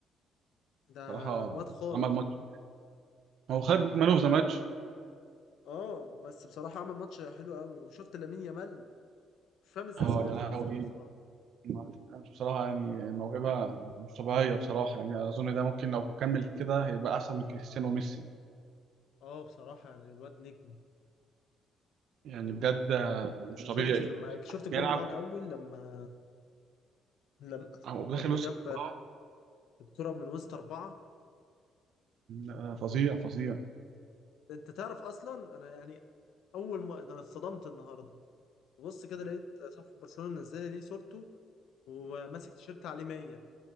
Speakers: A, on the left (about 75°); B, on the right (about 70°).
A: ده
B: بصراحه
A: الواد خارق
B: عمل ماتش هو خد مان اوف ذا ماتش
A: اه بس بصراحه عمل ماتش حلو قوي وشفت لامين يامال مش فاهم ازاي
B: اه
A: 17
B: يا لهوي
A: سنه بصراحه
B: ما- بصراحه يعني موهبه مش طبيعيه بصراحه يعني اظن ده ممكن لو كمل كده هيبقى احسن من كريستيانو وميسي
A: اه بصراحه يعني الواد نجم
B: يعني بجد مش طبيعي
A: شفت لما شفت الجون
B: بيلعب
A: بتاعه الاول لما لما
B: هو داخل
A: لما
B: وسط
A: جاب
B: الاربعه
A: الكرة من وسط أربعة
B: آه، فظيع فظيع
A: أنت تعرف أصلا أنا يعني أول ما ده أنا اتصدمت النهاردة ببص كده لقيت صفحة برشلونة منزلة دي صورته وماسك تيشيرت عليه 100